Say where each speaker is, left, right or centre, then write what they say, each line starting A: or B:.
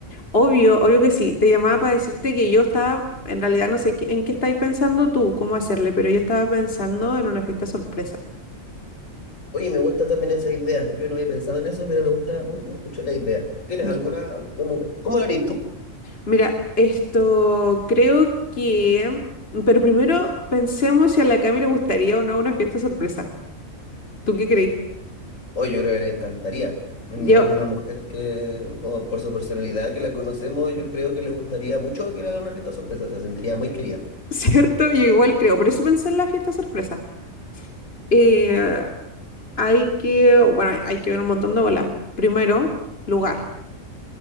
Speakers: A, on the left (about 45°); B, on the left (about 75°).
A: obvio, obvio que sí, te llamaba para decirte que yo estaba, en realidad no sé qué- en qué estáis pensando tú, cómo hacerle, pero yo estaba pensando en una fiesta sorpresa.
B: Oye, me gusta también esa idea. Yo no había pensado en eso, pero me gusta mu- mu- mucho la idea. ¿Tienes
A: Y-
B: alguna? como- ¿Cómo lo harías tú?
A: Mira, esto creo que, pero primero pensemos si a la Cami le gustaría o no una fiesta sorpresa. ¿Tú qué crees?
B: Oye, yo creo que le encantaría. Mm,
A: Yo,
B: Es una
A: <laughs>
B: mujer que, como por su personalidad que la conocemos, yo creo que le gustaría mucho que le hagan una fiesta sorpresa. Se sentiría muy querida.
A: ¿cierto? Yo igual creo, por eso pensé en la fiesta sorpresa. Eh, Hay que, bueno, hay que ver un montón de bolas. Primero, lugar.